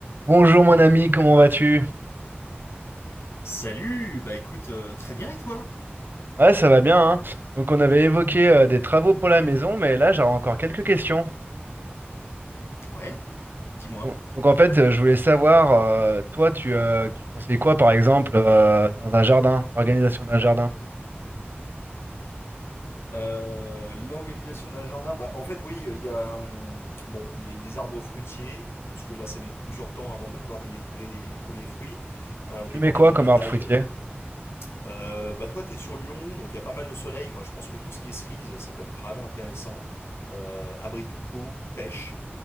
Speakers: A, on the right; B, on the left.
A: Bonjour mon ami, comment vas-tu?
B: Salut, bah écoute, euh, très bien et toi?
A: Ouais, ça va bien, hein. Donc on avait évoqué euh, des travaux pour la maison, mais là j'aurais encore quelques questions.
B: Ouais, dis-moi.
A: Donc, donc, en fait, euh, je voulais savoir, euh, toi, tu, euh, tu conseilles quoi par exemple euh, dans un jardin, l'organisation d'un jardin?
B: Euh, l'organisation d'un jardin, bah, en fait, oui, euh, il y a hum, bon, les, les arbres fruitiers, parce que là, ça met plusieurs temps avant de pouvoir délivrer les, les premiers fruits, euh,
A: Tu
B: dépendamment
A: mets quoi
B: de
A: comme
B: la taille,
A: arbre fruitier?
B: euh, Euh, bah toi, tu es sur Lyon, donc il y a pas mal de soleil. Moi, je pense que tout ce qui est cerise, ça peut être vraiment intéressant. Euh, abricots, pêche.